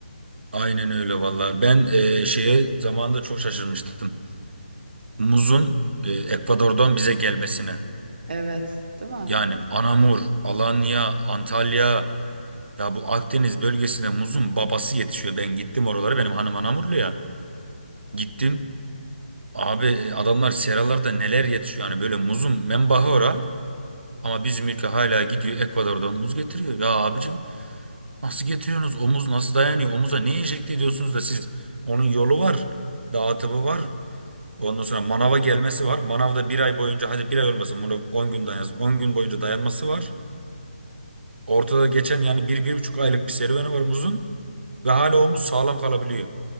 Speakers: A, on the right; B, on the right.
A: aynen öyle vallahi. Ben e, şeye zamanında çok şaşırmıştım. Muzun e, Ekvador'dan bize gelmesine.
B: Evet, değil mi?
A: Yani Anamur, Alanya, Antalya ya bu Akdeniz bölgesine muzun babası yetişiyor. Ben gittim oralara benim hanım Anamurlu ya. Gittim. Abi e, adamlar seralarda neler yetişiyor yani böyle muzun menbahı ora. Ama bizim ülke hala gidiyor Ekvador'dan muz getiriyor. Ya abicim nasıl getiriyorsunuz? O muz nasıl dayanıyor? Omuza ne enjekte ediyorsunuz da siz? Onun yolu var. Dağıtımı var. Ondan sonra manava gelmesi var. Manavda bir ay boyunca hadi bir ay olmasın bunu 10 gün dayansın. on gün boyunca dayanması var. Ortada geçen yani bir, bir buçuk aylık bir serüveni var muzun ve hala omuz sağlam kalabiliyor.